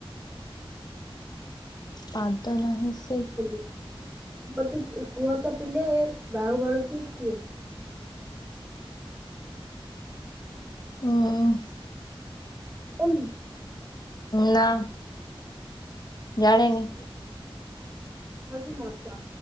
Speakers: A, on the left; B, on the right.
A: ପାଦ ନାହି ସି
B: ବିରି, ମୋତେ କୁ-କୁହ ତ ପିଲେ ବାହୁବଳ ଟି କିଏ?
A: ଅଁ,
B: ବନ୍ଧୁ
A: ନା ଜାଣିନି।
B: ହଉଛି ମଦ।